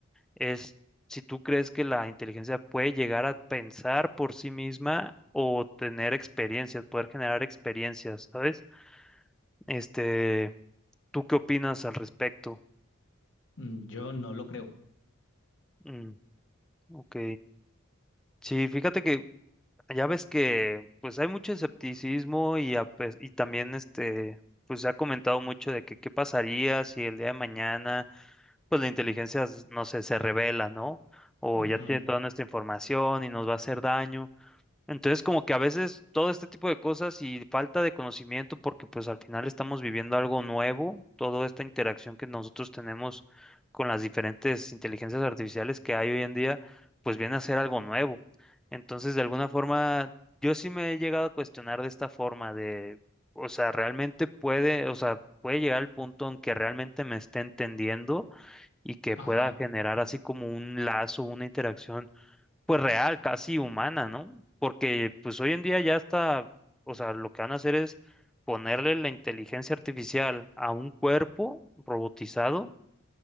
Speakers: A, in the centre; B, on the left.
A: es si tú crees que la inteligencia puede llegar a pensar por sí misma o tener experiencias, poder generar experiencias, ¿sabes? Este, ¿tú qué opinas al respecto?
B: Mm, Yo no lo creo.
A: Mm, ok. Sí, fíjate que ya ves que pues hay mucho escepticismo y, a pes- y también este, pues se ha comentado mucho de que qué pasaría si el día de mañana pues la inteligencia, s- no sé, se revela, ¿no? O
B: Ujú.
A: ya tiene toda nuestra información y nos va a hacer daño. Entonces, como que a veces todo este tipo de cosas y falta de conocimiento, porque pues al final estamos viviendo algo nuevo, toda esta interacción que nosotros tenemos con las diferentes inteligencias artificiales que hay hoy en día, pues viene a ser algo nuevo. Entonces, de alguna forma, yo sí me he llegado a cuestionar de esta forma de, o sea, realmente puede, o sea, puede llegar al punto en que realmente me esté entendiendo y que
B: Ajá,
A: pueda generar así como un lazo, una interacción pues real, casi humana, ¿no? Porque pues hoy en día ya está, o sea, lo que van a hacer es ponerle la inteligencia artificial a un cuerpo robotizado